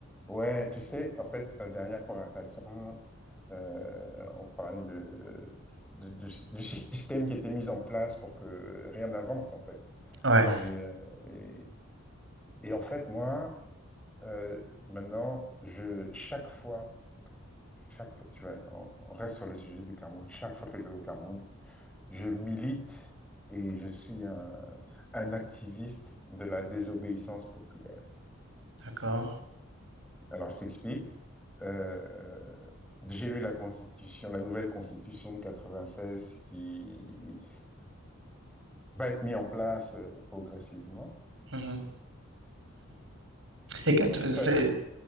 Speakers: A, in the centre; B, on the right.
A: Ouais, tu sais, en fait, euh, dernière conversation, euh, on parlait de, de- du, du système qui était mis en place pour que rien n'avance, en fait.
B: Ouais,
A: Et, euh, et, et en fait, moi, euh, maintenant, je, chaque fois, chaque fois, tu vois, on, on reste sur le sujet du Cameroun, chaque fois que je vais au Cameroun, je milite et je suis un, un activiste de la désobéissance populaire.
B: d'accord.
A: Alors, je t'explique. Euh, j'ai lu la constitution, la nouvelle constitution de 96 qui va être mise en place euh, progressivement.
B: Mhm. <laughs> 96.
A: Ça-